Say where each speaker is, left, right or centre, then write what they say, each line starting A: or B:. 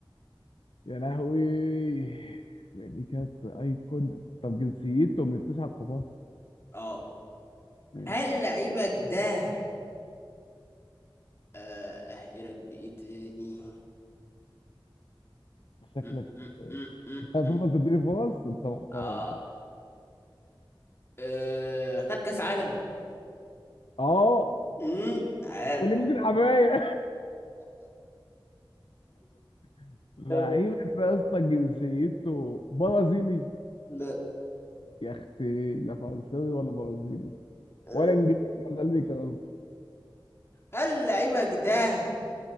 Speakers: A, on the left; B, on the left.
A: يا لهوي دي كانت ايكون طب جنسيته من التسعه الكبار
B: اه
A: ماشي
B: هل لعيبك ده آه يا رب ايه تاني
A: شكلك
B: م- م- م-
A: <laughs>
B: م-
A: هتفضل
B: م.
A: تديني فرص انت محترم
B: اه
A: والله
B: آه، خد كاس عالم
A: اه
B: امم تعال
A: ولبس الحبايه <laughs> لعيبك
B: آه،
A: ده يا اسطى جنسيته برازيلي
B: لا
A: يا اختي لا فرنساوي ولا برازيلي
B: آه.
A: ولا انجليزي ولا امريكي قصدي.
B: هل لعيبك ده